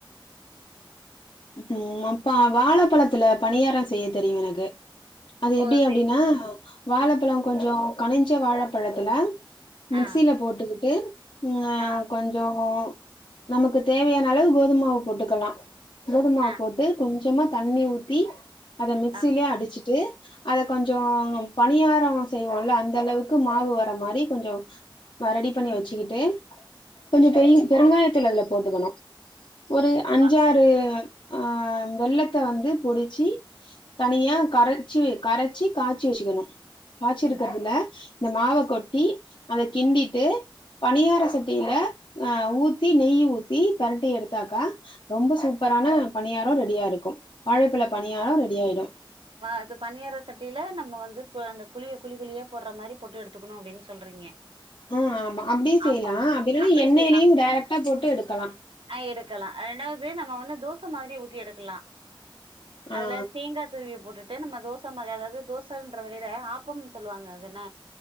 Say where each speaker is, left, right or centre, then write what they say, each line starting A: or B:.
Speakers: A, on the left; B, on the right.
A: ம் அப்பா வாழைப்பழத்தில பணியாரம் செய்ய தெரியும் எனக்கு அது
B: ஓ
A: எப்டி அப்டின்னா
B: செய்
A: வாழப்பழம்
B: ஆ
A: கொஞ்சோ கனிஞ்ச வாழப்பழத்துல மிக்சியில
B: ஆ
A: போட்டுக்கிட்டு ம்
B: ஆ
A: கொஞ்சோ நமக்கு தேவையான அளவு கோதுமாவு போட்டுக்கலா கோதுமாவு
B: ஆ
A: போட்டு கொஞ்சமா தண்ணி ஊத்தி அத மிக்சியிலயே
B: ஆ
A: அடிச்சுட்டு அத கொஞ்சோ பணியாரம் செய்வோம்ல அந்த அளவுக்கு மாவு வர மாரி கொஞ்சம் ஆ ரெடி பண்ணி வச்சுக்கிட்டு கொஞ்சோ பெரு பெருங்காயத்தூள் அதுல போட்டுக்கணும் ஒரு அஞ்சாறு
B: வா
A: ஆ வெள்ளத்த வந்து பொடிச்சு தனியா கரைச்சி கரைச்சி காய்ச்சி வச்சுக்கணும் காய்ச்சி
B: ம்
A: இருக்கிறதுல இந்த மாவ கொட்டி அத கிண்டிட்டு பணியார சட்டியில ஆ ஊத்தி நெய் ஊத்தி பெரட்டி எடுத்தாக்கா ரொம்ப சூப் ப்பரான பணியாரம் ரெடியா இருக்கும் வாழப்பழ பணியாரம் ரெடி ஆயிடும்
B: ஆ அது பனியார சட்டியில நம்ம வந்து அந்த குழிய குழி குழியா போடுற மாரி போட்டு எடுத்துக்கணு அப்டின்னு சொல்றீங்க
A: ஆ ஆமா அப்டியும் செய்யலா
B: ஆமா
A: அப்டி இல்லனா
B: அப்டியே
A: எண்ணய்லயும்
B: செய்யலா
A: டேரெக்டா போட்டு எடுக்கலா
B: ஆ எடுக்கலாம் ரெண்டாவது நம்ம வந்து தோச மாதிரி ஊத்தி எடுக்கலா அதுல
A: ஆ
B: தேங்கா துருவி போட்டுட்டு நம்ம தோச மாரி அதாது தோசைன்றத விட ஆப்பம்னு சொல்லு வாங்க அதான